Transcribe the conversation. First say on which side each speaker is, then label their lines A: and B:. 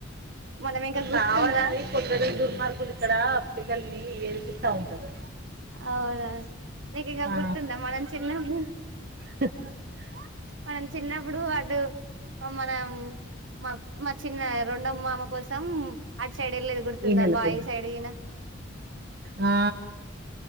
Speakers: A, on the right; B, on the right.
A: మనం ఇంకా గుర్తుందా
B: కావాలని కొందరు దుర్మార్గులు ఇక్కడ పిల్లల్ని ఏడిపిస్తా ఉంటారు
A: అవునా నీకు ఇంకా
B: ఆ
A: గుర్తుందా మనం చిన్నపుడు
B: <unintelligible>
A: మనం చిన్నప్పుడు అటు మనం మా మా చిన్న రెండో మామ కోసం సైడ్ వెళ్ళేది గుర్తుందా
B: ఈ నెల
A: బాయి
B: పై
A: సైడ్ గిన
B: ఆ